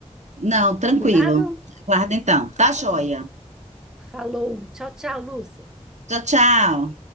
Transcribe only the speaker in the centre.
Combinado?
Então
tá
bom. Falou. Tchau, tchau, Lúcia.